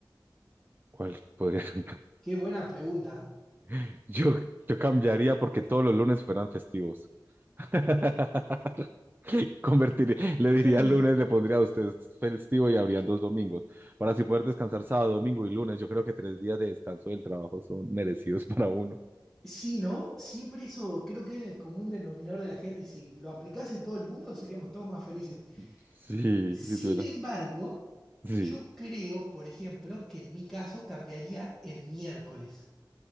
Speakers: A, on the right (about 25°); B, in the centre.
A: ¿cuál podría? cambiar?
B: Qué buena pregunta.
A: <laughs> Yo, yo cambiaría porque todos los lunes fueran festivos. <laughs> <laughs> Convertir, le diría
B: Eh.
A: el
B: <sighs>
A: lunes, le pondría a usted festivo y habrían dos domingos. Para así poder descansar sábado, domingo y lunes, yo creo que tres días de descanso del trabajo son merecidos <laughs> para uno.
B: Sí, ¿no? Siempre eso creo que es el común denominador de la gente y si lo aplicase todo el mundo seríamos todos más felices.
A: Sí,
B: Sin
A: si tuviera.
B: embargo,
A: Sí,
B: yo creo, por ejemplo, que en mi caso cambiaría el miércoles.